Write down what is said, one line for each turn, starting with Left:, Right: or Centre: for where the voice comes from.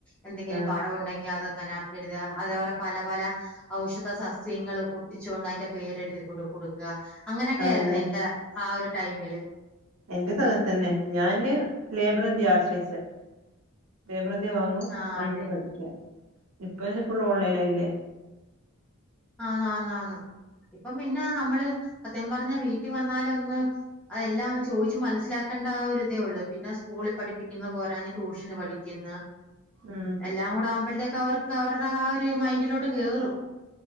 Centre: എന്തെങ്കിലും
Right: ആഹ്
Centre: പടവൊണ്ടെങ്കി അതങ്ങന എഴുതുക അതേപോലെ പല പല ഔഷധസസ്യങ്ങള് ഒട്ടിച്ചോണ്ട് അതിന്റെ പേരെഴുതിക്കൊണ്ട് കൊടുക്കുക അങ്ങനെ
Right: അതന്നെ
Centre: ആരുന്നു എന്റെ ആ ഒരു ടൈമില്
Right: എൻ്റേതും അതൊക്കെത്തന്നെ ഞാന് ലേബർ ഇന്ത്യ ആശ്രയിച്ചെ ലേബർ ഇന്ത്യ വാങ്ങും
Centre: ആ
Right: അയിരുന്ന്
Centre: അതെ
Right: പഠിക്ക ഇപ്പൊ ഇത് ഫുള്ള് ഓൺലൈൻ ആയില്ലേ
Centre: ആന്ന് ആന്ന് ആന്ന് ഇപ്പൊ പിന്നെ നമ്മള് സത്യം പറഞ്ഞാ വീട്ടിൽ വന്നാലൊന്ന് അതെല്ലാം ഒന്ന് ചോയിച്ച് മനസ്സിലാക്കേണ്ട ആ ഒരിതേ ഒള്ള് പിന്നെ സ്കൂളി പഠിപ്പിക്കുന്ന പോരാഞ്ഞ് ട്യൂഷന് പഠിക്കുന്ന്
Right: ഉം
Centre: എല്ലാം കൂടെ ആകുമ്പോഴത്തേക്ക് അവർക്ക് അവരുടെ ആ ഒരു മൈൻഡിലോട്ട് കേറും